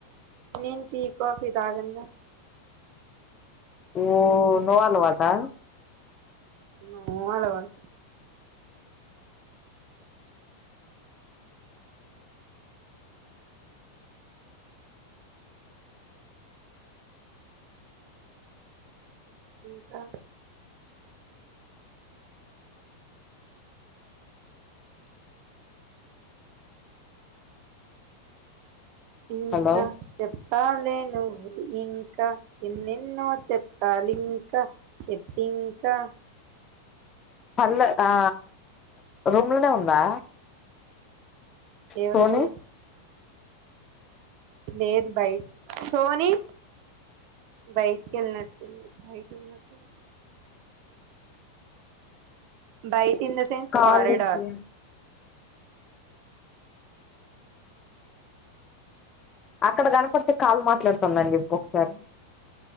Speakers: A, on the right; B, on the left.
A: నేన్ టీ కాఫీ తాగానుగా
B: ఓ నో ఆల్వాటా
A: నో అలవాటు ఇంకా ఇంకా
B: హలో
A: చెప్పాలే నువ్వు ఇంకా ఎన్నెన్నో చెప్పాలింకా చెప్పు ఇంకా
B: పళ్ళు ఆ రూమ్ లనే ఉందా
A: ఎవరు
B: సోని
A: లేదు బైట్ సోని బయటి కేళ్ళినట్టుంది బయట ఉన్నట్టుంది బైట్ in the sense
B: call
A: కారేడార్
B: lift చేయి అక్కడ కనపడితే కాల్ మాట్లాడుతుందని చెప్పు ఒకసారి